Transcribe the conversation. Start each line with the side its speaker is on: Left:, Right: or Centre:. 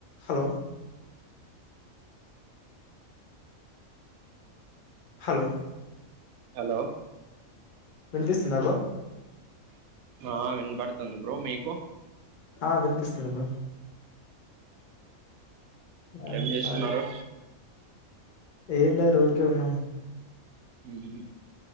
Left: Hello hello
Right: hello
Left: వినిపిస్తుందా bro
Right: ఆ వినబడుతుంది బ్రో మీకు
Left: ఆ వినుపిస్తుంది బ్రో ఆ
Right: ఏం చేస్తున్నారు
Left: ఆ! ఏం లేరు ఊరికే ఉన్నాం
Right: హ్మ్మ్